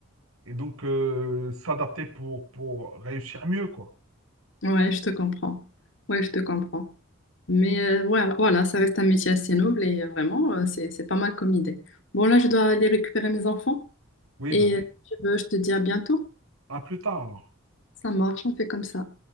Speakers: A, on the right (about 85°); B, on the left (about 60°).
A: Et donc, euh, s'adapter pour, pour réussir mieux, quoi.
B: ouais, je te comprends. Ouais, je te comprends. Mais euh, voilà, voilà, ça reste un métier assez noble et euh, vraiment, euh, c'est c'est pas mal comme idée. Bon, là, je dois aller récupérer mes enfants.
A: Oui,
B: Et
A: ben oui.
B: euh, si tu veux, je te dis à bientôt.
A: À plus tard, alors.
B: Ça marche, on fait comme ça.